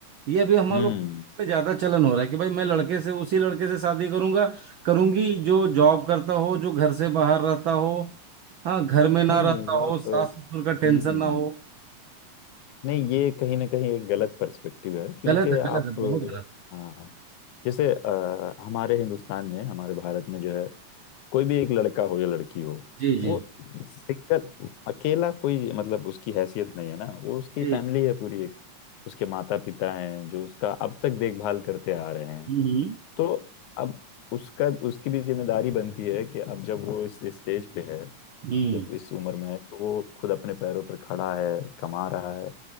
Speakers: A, on the right; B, on the left.
A: ये अभी हम
B: हम्म
A: लोग पे ज्यादा चलन हो रहा है कि भाई मैं लड़के से उसी लड़के से शादी करूंगा करूंगी जो जॉब करता हो जो घर से बाहर रहता हो हाँ घर में ना
B: नहीं
A: रहता
B: नहीं वो आप
A: हो सास
B: हम्म
A: ससुर का टेंशन
B: हम्म। हम्म।
A: ना हो
B: नहीं ये कहीं ना कहीं एक गलत पर्सपेक्टिव है क्योंकि
A: गलत है
B: आप
A: गलत है बहुत गलत
B: हाँ जैसे अ, हमारे हिंदुस्तान में हमारे भारत में जो है कोई भी एक लड़का हो या लड़की हो
A: जी
B: वो
A: जी
B: सिंगल अकेला कोई मतलब उसकी हैसियत नहीं है ना वो उसकी
A: जी
B: फैमिली है पूरी एक उसके माता पिता हैं जो उसका अब तक देखभाल करते आ रहे हैं
A: हम्म
B: तो अब उसका उसकी भी जिम्मेदारी बनती है कि अब जब वो इस स्टेज पे है
A: हम्म हम्म,
B: जब इस उम्र में है कि वो खुद अपने पैरों पर खड़ा है कमा रहा है